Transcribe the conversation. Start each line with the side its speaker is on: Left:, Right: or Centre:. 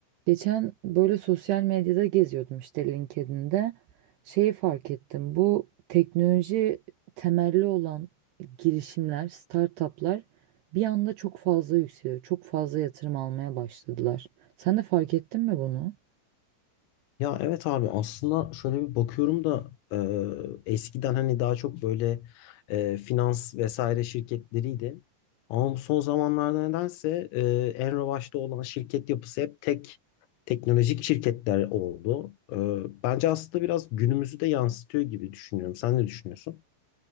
Right: Geçen böyle sosyal medyada geziyordum işte LinkedIn'de. Şeyi fark ettim. Bu teknoloji temelli olan girişimler, startuplar bir anda çok fazla yükseliyor. Çok fazla yatırım almaya başladılar. Sen de fark ettin mi bunu?
Left: Ya evet abi aslında şöyle bir bakıyorum da e, eskiden hani daha çok böyle e, finans vesaire şirketleriydi. Ama bu son zamanlarda nedense e, en revaçta olan şirket yapısı hep tek teknolojik şirketler oldu. E, bence aslında biraz günümüzü de yansıtıyor gibi düşünüyorum. Sen ne düşünüyorsun?